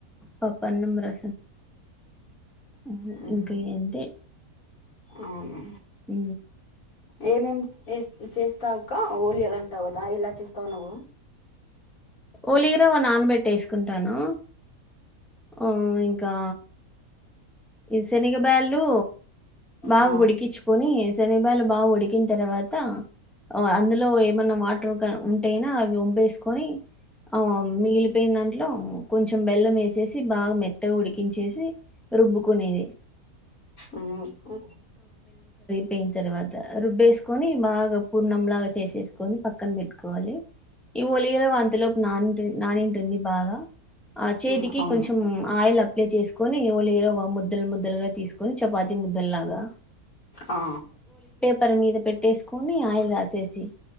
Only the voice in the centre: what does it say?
పప్పన్నం రసం ఊ
ఇంకా ఏంటి
ఊ
ఓలీరవనానబెట్టేసుకుంటాను ఓ ఇంకా ఈ శనిగ బ్యాళు బాగా
ఉడికించుకొని శనిబాలు బాగా ఉడికిన తర్వాత్ త అ అందులో ఏమన్నా వాటర్ ఒక ఉంటేయినా అవి ఒంపేసుకొని ఆ మిగిలిపోయిన దాంట్లో కొంచెం బెల్లం ఏసి చెసి బాగా మెత్తగా ఉడికించేసి రుబ్బుకునేది
పోయిన తర్వాత రుబ్బేసుకొని బాగా పూర్ణంలాగా చేసేసుకొని పక్కన పెట్టుకోవాలి ఈ ఒలియరవ అంతలోపు నాన్ తె నానిన్ టుంది బాగా ఆ చేతికి
కొంచెం ఆయిల్ అప్ ప్లై చేసునివ ఒలిరవ మో ముద్దలు ముద్దలుగా తీసుకుని చపాతి ముద్దలాగా
పరి మీద పెట్టేస్ కొని ఆయిల్ రాసేసి